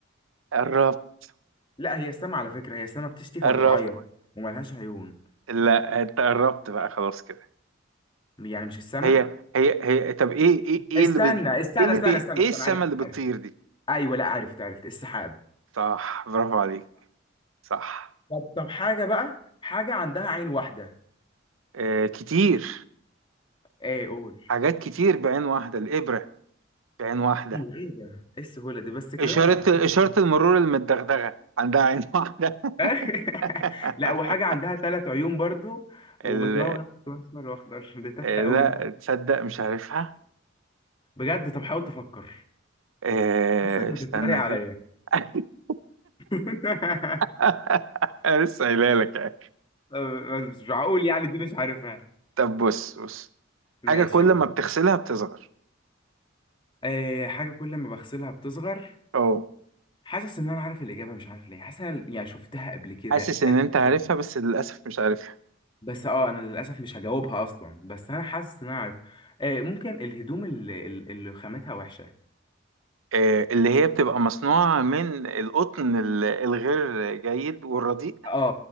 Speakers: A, on the right; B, on the left.
A: قربت
B: لا هي السما على فكرة هي السما بتشتي فبتعيط
A: قربت
B: وملهاش عيون
A: لا انت قربت بقى خلاص كده
B: يعني مش السما
A: هي هي هي طب ايه ايه ايه
B: استنى
A: اللي بت...
B: استنى
A: ايه اللي
B: استنى
A: بي...
B: استنى
A: ايه
B: استنى
A: السما
B: عارف
A: اللي بتطير
B: عارف
A: دي
B: أيوه لا عرفت عرفت السحاب
A: صح برافو عليك صح
B: طب طب حاجة بقى حاجة عندها عين واحدة
A: آه كتير
B: ايه قول
A: حاجات كتير بعين واحدة الإبرة بعين واحدة
B: ايوه ايه ده ايه السهولة دي بس كده
A: إشارة
B: انا فكرت
A: إشارة المرور المدغدغة عندها عين واحدة
B: <laughs>
A: <laughs>
B: لا وحاجة عندها ثلاث عيون برضو وبتنور
A: ال...
B: احمر واخضر <laughs> دي تافهة
A: آه، لا
B: قوي دي
A: تصدق مش عارفها
B: بجد طب حاول تفكر
A: آه،
B: حاسسك بتتريق
A: استنى
B: عليا
A: كده <laughs>
B: <laughs>
A: <laughs> أنا لسه قايلها لك يعني
B: أه، بس مش معقول يعني دي مش عارفها
A: طب بص بص
B: ماشي
A: حاجة كل
B: قول
A: ما بتغسلها بتصغر
B: أه حاجة كل ما بغسلها بتصغر
A: اه
B: حاسس ان انا عارف الاجابة مش عارف ليه حاسس إن أنا يعني شفتها قبل كده
A: حاسس
B: اتقالت
A: ان انت
B: قدامي
A: عارفها بس للأسف مش عارفها
B: بس اه انا للاسف مش هجاوبها اصلا بس انا حاسس ان انا عارف آه ممكن الهدوم اللي, اللي خامتها وحشه
A: آه، اللي هي بتبقى مصنوعة من القطن ال- الغير جيد والرديء
B: اه